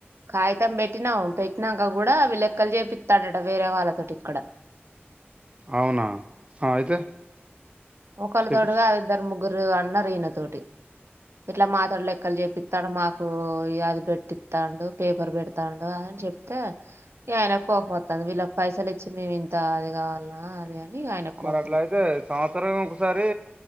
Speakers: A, on the right; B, on the right.
A: కాగితం పెట్టినాం పెట్టిక కూడా అవి లెక్కలు చేపిస్తాడట వేరే వాళ్ళతోటి ఇక్కడ
B: అవునా ఆ అయితే
A: ఓకలు
B: చేపి
A: తోదు కాదు ఇద్దరు ము ము గుగురు అన్నారు ఈయన తోటి ఇట్లా మాతోడు లెక్కలు చెప్పస్తాడు మాకు అది పెట్టిస్తాండు పేపర్ పెడతాండు అని చెప్తే ఆయన కోపం వతుంది వీళ్ళకి పైసలు ఇచ్చి మేము ఇంత అది కావాల అది అని ఆయనకు
B: మరి
A: కోపం
B: అట్లా
A: వత్తాంది
B: అయితే సంవత్సరం ఒకసారి